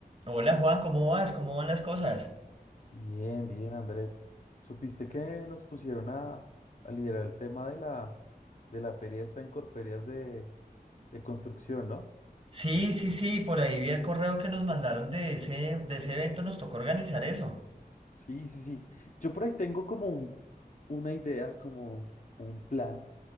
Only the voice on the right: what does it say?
Hola Juan, ¿cómo vas? ¿Cómo van las cosas?
Sí, sí, sí, por ahí vi el correo que nos mandaron de ese, de ese evento, nos tocó organizar eso.